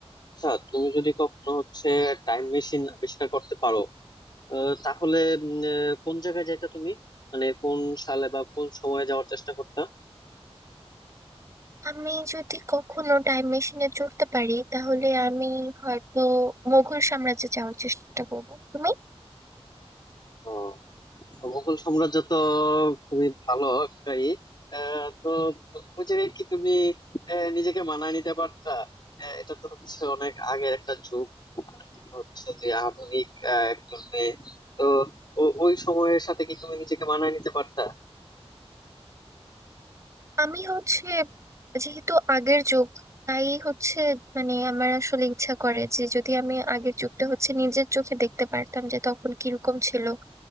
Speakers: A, on the left; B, on the right.
A: আচ্ছা তুমি যদি কখনো হচ্ছে টাইম মেশিন আবিষ্কার করতে পারো আহ, তাহলে উম, আহ, কোন জায়গায় যাইতা তুমি মানে কোন সালে বা কোন সময়ে যাওয়ার চেষ্টা করতা
B: আমি যদি কখনো টাইম মেশিনে চড়তে পারি তাহলে আমি হয়তো মোগল সাম্রাজ্যে যাওয়ার চেষ্টা করব তুমি
A: আহ, মোগল সাম্রাজ্য তো খুবই ভালো একটাই আহ, তো ওই জায়গায় কি তুমি আহ, নিজেকে মানায় নিতে পারতা আহ, এটা তো হচ্ছে অনেক আগের একটা যুগ আর তুমি হচ্ছে যে আধুনিক আহ, একজন মেয়ে তো ও- ওই সময়ের সাথে কি তুমি নিজেকে মানায় নিতে পারতা
B: আমি হচ্ছে যেহেতু আগের যুগ তাই হচ্ছে মানে আমার আসলে ইচ্ছা করে যে যদি আমি আগের যুগটা হচ্ছে নিজের চোখে দেখতে পারতাম যে তখন কিরকম ছিল